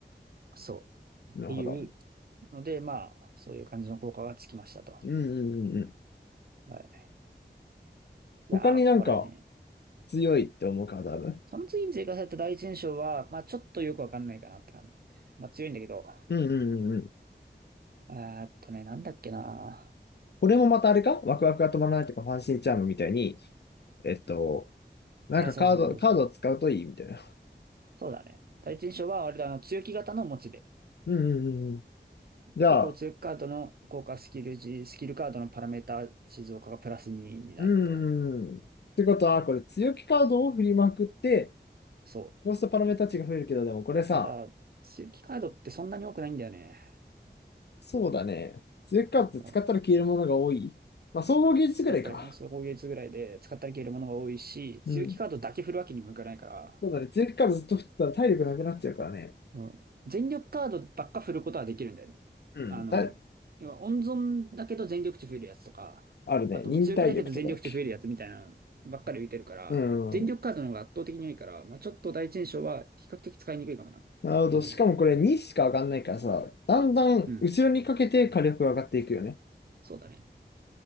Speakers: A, on the right; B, on the left.
A: そう。っていう
B: なるほど。
A: ので、まあ、そういう感じの効果がつきましたと。
B: うんうんうんうん。
A: はい。いやー、
B: 他になんか
A: これね。
B: 強いって思うカードある
A: その次に追加された第一印象は、まあちょっとよくわかんないかなって感じ。まあ強いんだけど。
B: うんうんうんうん。
A: えーっとね、なんだっけな。
B: これもまたあれかワクワクが止まらないとか、ファンシーチャームみたいに、えっと、なんかカード、
A: あ、そうそうそうそう。
B: カードを使うといいみたいな。
A: そうだね。第一印象は、割とあの、強気型のモチベ。
B: うんうんうんうん。じゃあ、
A: 以降、強気カードの効果スキル時、スキルカードのパラメータ静岡がプラス2になると。
B: うんうんうん。ってことは、これ強気カードを振りまくって、
A: そう。
B: ロストパラメータ値が増えるけど、でもこれさ、
A: ただ、強気カードってそんなに多くないんだよね。
B: そうだね。強気カードって使ったら消えるものが多い。
A: うん、
B: まあ、総合技術ぐらいか。
A: 使ったり、そう、攻撃率ぐらいで使ったり消えるものが多いし、
B: うん。
A: 強気カードだけ振るわけにもいかないから、
B: そうだね。強気カードずっと振ってたら体力なくなっちゃうからね。
A: うん、全力カードばっか振ることはできるんだよね。
B: うん。
A: あの、
B: た
A: 要は温存だけど全力値増えるやつとか、
B: あるね。
A: あともう強気だけど全力値増えるやつみたいなのばっかり浮いてるから、
B: 忍耐力とかだっけ。うん。
A: 全力カードの方が圧倒的に多いから、まあ、ちょっと第一印象は比較的使いにくいかもなっていう。
B: なるほど。しかもこれ2しか上がんないからさ、だんだん後ろにかけて火力が上がっていくよね。
A: うん。そうだね。